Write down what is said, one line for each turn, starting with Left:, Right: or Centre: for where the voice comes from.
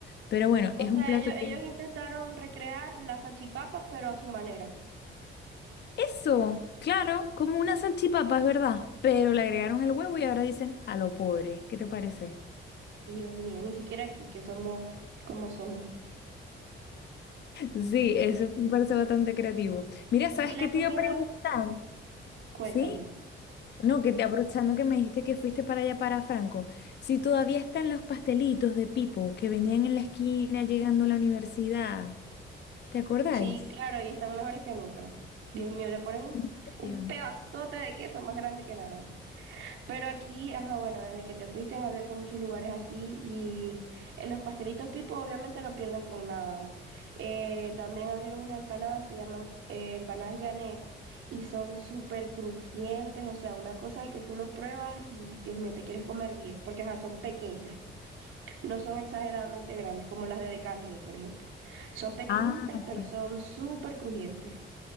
Left: Pero bueno,
Right: O
Left: es
Right: sea,
Left: un plato
Right: ellos, ellos
Left: que
Right: intentaron recrear las salchipapas, pero a su manera.
Left: Eso, claro, como una salchipapa, es verdad, pero le agregaron el huevo y ahora dicen a lo pobre. ¿Qué te parece?
Right: Dios mío, ni siquiera aquí, que somos como somos.
Left: Sí, eso me parece bastante creativo. Mira, ¿sabes
Right: ¿Y la
Left: qué te
Right: comida?
Left: iba a preguntar?
Right: Cuéntame.
Left: ¿Sí? No, que te aprovechando que me dijiste que fuiste para allá para Franco, si todavía están los pastelitos de Pipo que venían en la esquina llegando a la universidad, ¿te acordáis?
Right: Sí, claro, y están mejores que nunca. Dios mío, le ponen un,
Left: ¿En
Right: un
Left: serio?
Right: pedazote de queso más grande que nada. Pero aquí, ajá, bueno, desde que te fuiste han abierto muchos lugares así y eh, los pastelitos Pipo obviamente no pierden con nada. Eh, también abrieron unas empanadas, se llaman eh, empanadas Janet. Y son súper crujientes, o sea, una cosa de que tú lo pruebas y Dios mío, te quieres comer 10, porque ajá, son pequeñas. no son exageradamente grandes, como las de De por ejemplo. Son pequeñitas,
Left: Ah, ok.
Right: pero son súper crujientes.